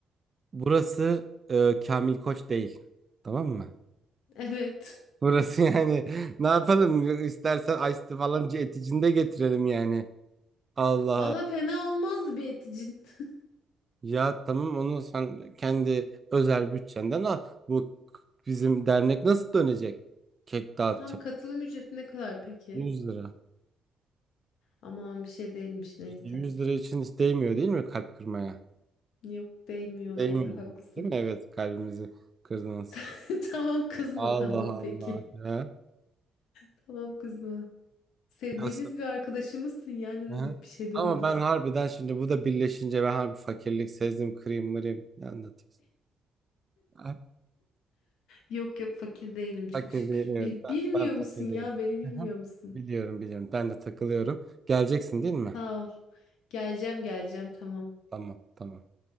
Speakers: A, on the right; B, on the left.
A: burası e, Kamil Koç değil tamam mı?
B: Evet.
A: Burası yani <laughs> ne yapalım istersen Ice Tea falan eticinde getirelim yani. Allah
B: Valla fena olmaz bir eticin. <laughs>
A: Ya tamam onu sen kendi özel bütçenden al. Bu k- bizim dernek nasıl dönecek? Kek dağıtacak.
B: Tam katılım ücreti ne kadar peki?
A: yüz lira.
B: Aman bir şey değilmiş neyse.
A: İşte 100 lira için hiç değmiyor değil mi kalp kırmaya?
B: Yok değmiyor
A: Değmiyor.
B: doğru haklısın.
A: Değil mi? Evet kalbimizi kırdınız.
B: <laughs> Tamam kızma
A: Allah
B: tamam peki.
A: Allah. He?
B: Tamam kızma. Sevdiğimiz
A: Nasıl?
B: bir arkadaşımızsın ya ne dedik
A: He?
B: bir şey demedik.
A: Ama ben harbiden şimdi bu da birleşince ben harbi fakirlik sezdim kırayım mırayım. Ne anlatıyorsun? Ha,
B: Yok yok fakir değilim çok
A: Fakir
B: şükür.
A: değil evet.
B: Bi-
A: Ben,
B: bilmiyor
A: ben fakir
B: musun
A: değilim.
B: ya beni bilmiyor
A: Hı hı.
B: musun?
A: Biliyorum biliyorum. Ben de takılıyorum. Geleceksin değil mi?
B: Sağ ol. Geleceğim geleceğim tamam.
A: Tamam tamam.